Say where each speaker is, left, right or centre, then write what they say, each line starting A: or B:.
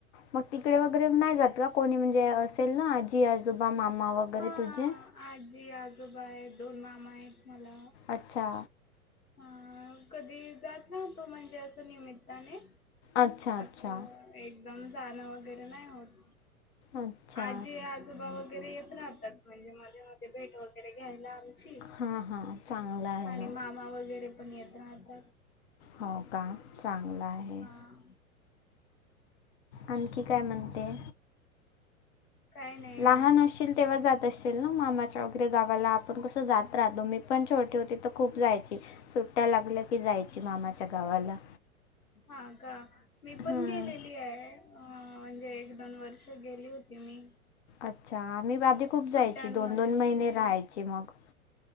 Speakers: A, on the left; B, on the left.
A: मग तिकडे वगैरे नाही जात का कोणी, म्हणजे असेल ना आजी आजोबा मामा वगैर
B: हा
A: घरी तुझे
B: आजी आजोबा आहे. दोन मामा आहेत मला
A: अच्छा
B: अ कधी जात ना <unintelligible> तू म्हणजे असं निमित्ताने
A: अच्छा, अच्छा.
B: अस एकदम जान वैगेरे नाही होत
A: अच्छा.
B: आजी आजोबा वगैरे येत राहतात म्हणजे मध्ये मध्ये भेट वगैरे घ्यायला आम <unintelligible> <inaudible> ची
A: हां, हां. चांगलं आहे
B: आणि
A: ना.
B: मामा वगैरे पण येत राहतात
A: हो का चांगल आहे
B: हा
A: आणखी काय म्हणते?
B: काय नाही
A: लहान असशील <unintelligible> तेव्हा जात असशील ना मामाच्या वगैरे गावाला आपण कसं जात राहतो. मी पण छोटी होते तर खूप जायची. सुट्टया लागल्या की जायची मामाच्या गावाला,
B: हा का मी पण
A: हां
B: गेलेली आहे म्हणजे एक दोन वर्ष गेली होती मी.
A: अच्छा आम्ही आधी खूप
B: सुट्ट्यांमध्ये
A: जायची. दोन दोन महिने
B: वगैरे
A: राहायची मग,